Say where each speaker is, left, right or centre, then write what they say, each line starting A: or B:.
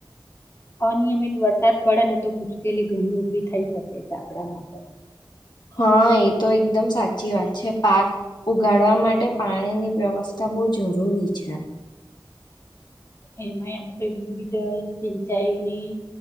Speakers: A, on the left; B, on the left.
A: અનિયમિત વરસાદ પડે ને તો મુશ્કેલી ઘણી ઊભી થઈ શકે છે આપ આપડામાં પણ
B: હા એ તો એકદમ સાચી વાત છે પાક ઉગાડવા માટે પાણીની વ્યવસ્થા બહુ જરૂરી છે.
A: એમાંમ મેં વિવિધ સિંચાઈઓની